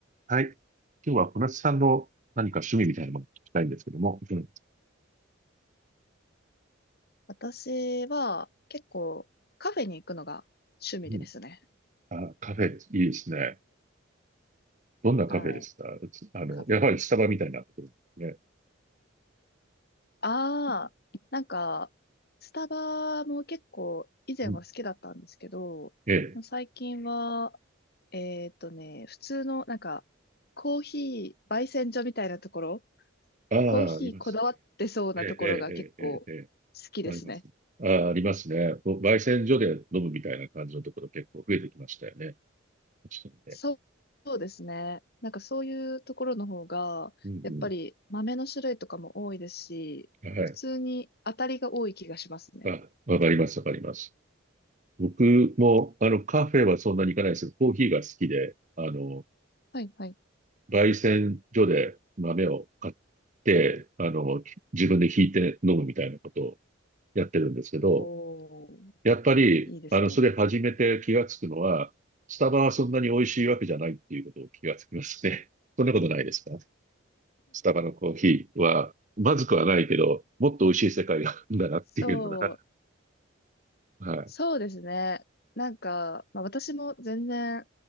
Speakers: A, on the right; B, on the left.
A: はい。今日は小夏さんの何か趣味みたいなものを聞きたいんですけども。うん。
B: 私は結構カフェに行くのが趣味ですね。
A: うんあ、カフェ、いいですね。どんなカフェですかうちあの、
B: はい。カフェ。
A: やはりスタバみたいなところですね。
B: ああ、なんか、スタバも結構以前は好きだったんですけど、
A: うん。ええ。
B: 最近は、えーっとね、普通のなんか、コーヒー焙煎所みたいなところ、
A: ああ、
B: コーヒーこだわってそうなところが結構好
A: ありますね。ええ、ええ、ええ、ええ。ええ
B: きですね。
A: あります。ああ、ありますね。こう焙煎所で飲むみたいな感じのところ結構増えてきましたよね。確かにね。
B: そうそうですね。なんかそういうところの方が、
A: うん
B: やっぱり豆の種類とかも多いですし、
A: うん。はい。
B: 普通に当たりが多い気がしますね。
A: あ、わかります、わかります。僕も、あの、カフェはそんなに行かないですけど、コーヒーが好きで、あの、
B: はいはい。
A: 焙煎所で豆を買って、あの、自分で挽いて飲むみたいなことをやってるんですけど、
B: おー、
A: やっぱり、
B: いいですね。
A: あの、それ始めて気がつくのは、スタバはそんなに美味しいわけじゃないっていうことを気がつきますね。<laughs> そんなことないですかスタバのコーヒーは、まずくはないけど、もっと美味しい世界があるんだなっていうのが、
B: そう、
A: <laughs> はい、
B: そうですね。なんか、まあ私も全然、